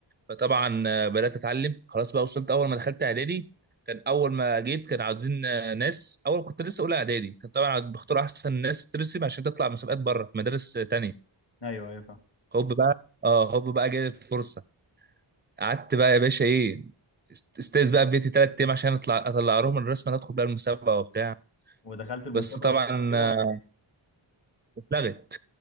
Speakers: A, on the right; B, on the left.
A: فطبعا آه، بدات اتعلم خلاص بقى وصلت اول ما دخلت اعدادي كان اول ما جيت كان عاوزين آه، ناس اول كنت لسه اولى اعدادي كان طبعا بختار احسن ناس ترسم عشان تطلع مسابقات بره في مدارس آه، تانية
B: ايوه ايوه فاهم
A: هوب بقى اه هوب بقى جالي الفرصه قعدت بقى يا باشا ايه است- استاذ بقى في بيتي ثلاث ايام عشان اطلع اطلع لهم الرسمه اللي ادخل بقى المسابقه وبتاع
B: ودخلت المسابقه
A: بس طبعا
B: وكسبت كده
A: آه،
B: ولا ايه؟
A: اتلغت